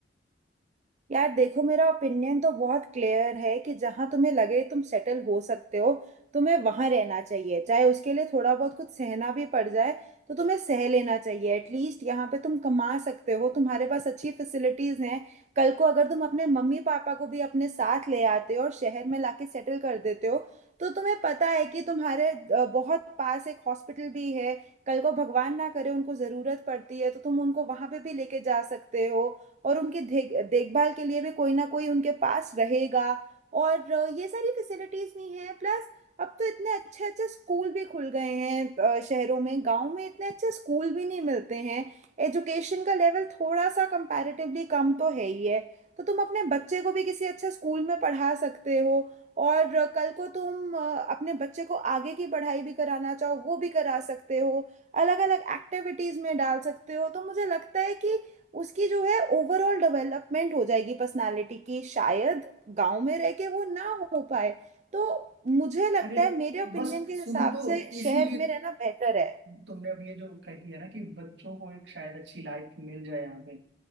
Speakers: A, on the right; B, on the right.
A: यार देखो मेरा ओपिनियन तो बहुत क्लियर है कि जहां तुम्हें लगे तुम सेटल हो सकते हो तुम्हें वहां रहना चाहिए चाहे उसके लिए थोड़ा बहुत कुछ सहना भी पड़ जाए तो तुम्हें सह लेना चाहिए एटलीस्ट यहाँ पे तुम कमा सकते हो तुम्हारे पास अच्छी फैसिलिटीज हैं कल को अगर तुम अपने मम्मी पापा को भी अपने साथ ले आते हो और शहर में लाके सेटल कर देते हो तो तुम्हें पता है कि तुम्हारे अ, बहुत पास एक हॉस्पिटल भी है कल को भगवान ना करे उनको ज़रूरत पड़ती है तो तुम उनको वहां पे भी लेके जा सकते हो और उनकी देख देखभाल के लिए भी कोई ना कोई उनके पास रहेगा और अ, ये सारी फैसिलिटीज भी हैं प्लस अब तो इतने अच्छे अच्छे स्कूल भी खुल गए हैं अ, शहरों में गांव में इतने अच्छे स्कूल भी नहीं मिलते हैं एजुकेशन का लेवल थोड़ा सा कंपैरेटिवली कम तो है ही है तो तुम अपने बच्चे को भी किसी अच्छे स्कूल में पढ़ा सकते हो और अ, कल को तुम अ, अपने बच्चे को आगे की पढ़ाई भी कराना चाहो वो भी करा सकते हो अलग अलग एक्टिविटीज में डाल सकते हो तो मुझे लगता है कि उसकी जो है ओवरऑल डेवलपमेंट हो जाएगी पर्सनालिटी की शायद गांव में रह के वो ना हो पाए तो मुझे लगता
B: अरे
A: है मेरे ओपिनियन
B: बस
A: के हिसाब
B: सुनो तो
A: से शहर
B: इसीलिए
A: में रहना बेहतर है
B: तुमने अब ये जो कही है ना कि बच्चों को एक शायद अच्छी लाइफ मिल जाए यहाँ पे